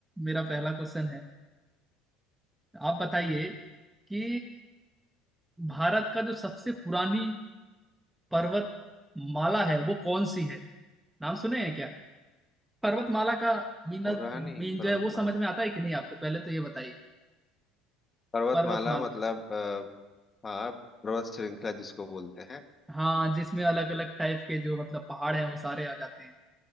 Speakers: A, in the centre; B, on the left.
A: मेरा पहला क्वेश्चन है आप बताइए कि भारत का जो सबसे पुरानी पर्वत माला है वो कौन सी है नाम सुने हैं क्या पर्वतमाला का मीन
B: पूरा नहीं
A: मीन
B: पर्वतमाला
A: जो है वो समझ में आता है कि नहीं आपको पहले तो ये बताइए
B: पर्वतमाला
A: पर्वतमाला
B: मतलब अ, हाँ पर्वत श्रृंखला जिसको बोलते हैं
A: हाँ जिसमें अलग अलग टाइप के जो मतलब पहाड़ हैं वो सारे आ जाते हैं